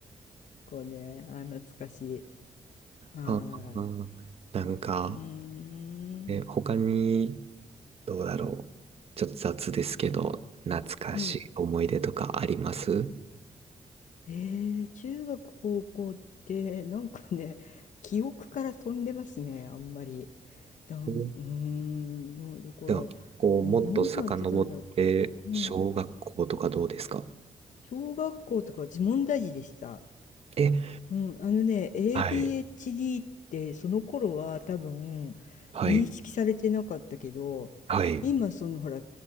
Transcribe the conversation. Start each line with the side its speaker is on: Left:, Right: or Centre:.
Left: こうね、あ、懐かしい。はーい。
Right: ああ、なんか、
Left: うーん。
Right: ね、他に、どうだろう。ちょっと雑ですけど、懐かしい思い出とかあります
Left: うん。えー、中学、高校って、なんかね、記憶から飛んでますね、あんまり。だん、
Right: うん
Left: うーん、の、だから、
Right: では、こう、もっと遡って、
Left: 何やってたんだろう。うん、
Right: 小学校とかどうですか
Left: 小学校とか自問大事でした。
Right: え、
Left: うん、あのね、ADHD
Right: はい、
Left: ってその頃は多分
Right: はい、
Left: 認識されてなかったけど、
Right: はい、
Left: 今そのほら、